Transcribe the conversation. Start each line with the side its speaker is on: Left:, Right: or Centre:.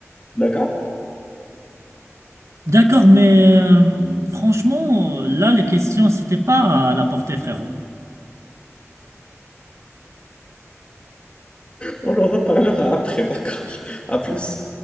Left: D'accord?
Right: D'accord, mais euh, franchement, là, les questions, c'était pas à la portée, frérot.
Left: On en reparlera après, d'accord? À plus.